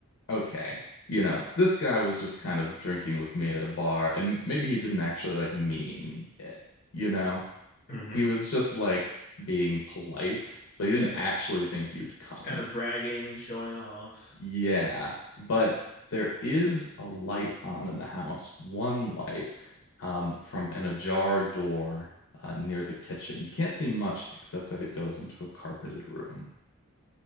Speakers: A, on the left (about 65°); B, on the left (about 35°).
A: okay, you know, this guy was just kind of drinking with me at a bar, and maybe he didn't actually like mean it, you know?
B: hmm
A: He was just like being polite, but he didn't
B: Yeah,
A: actually think you'd come.
B: just kind of bragging, showing off.
A: Yeah, but there is a light on in the house, one light um, from an ajar door uh, near the kitchen. You can't see much except that it goes into a carpeted room.